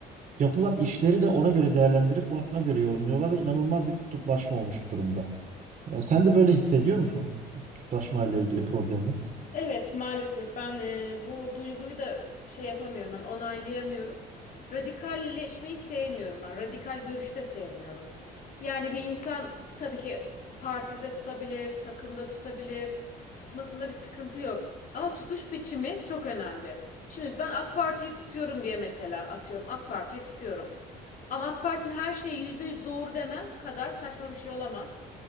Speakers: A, on the right; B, on the left.
A: yapılan işleri de ona göre değerlendirip ona göre yorumluyorlar ve inanılmaz bir kutuplaşma olmuş durumda. E, sen de böyle hissediyor musun kutuplaşma ile ilgili problemi?
B: Evet, maalesef ben e, bu duyguyu da şey yapamıyorum, hani onaylayamıyorum. Radikalleşmeyi sevmiyorum ben. Radikal görüşü de sevmiyorum. Yani bir insan tabii ki partide tutabilir, takımda tutabilir. Tutmasında bir sıkıntı yok. Ama tutuş biçimi çok önemli. Şimdi ben AK Parti'yi tutuyorum diye mesela atıyorum. AK Parti'yi tutuyorum. Ama AK Parti'nin her şeyi %100 doğru demem kadar saçma bir şey olamaz.